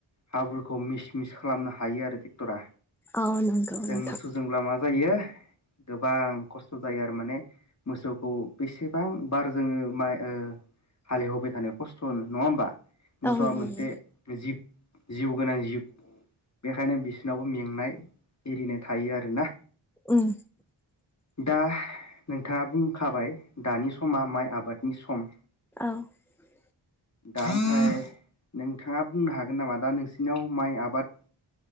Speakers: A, on the left; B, in the centre.
A: हाब्रुखौ मिस मिस खालामनो हायो आरो ट्रेक्टरा,
B: औ नंगौ
A: जों
B: नोंथां
A: मोसौजोंब्ला मा जायो। गोबां खस्थ जायो आरो माने मोसौखौ बेसेबां बार जोङो माइ ओ हालेव होबाय थानाय खस्थ होनो नङा होमबा, मोसौआ
B: औ नंगौ
A: मोनसे
B: नंगौ
A: जिब, जिउ गोनां जिब बेखायनो बिसोरनावबो मेंनाय एरिनाय थायो आरोना?
B: ओम,
A: दा नोंथाङा बुंखाबाय दानि समा माइ आबादनि सम,
B: <unintelligible>
A: दा ओमफाय नोंथाङा बुंनो हागोन नामा दा नोंसिनाव माइ आबाद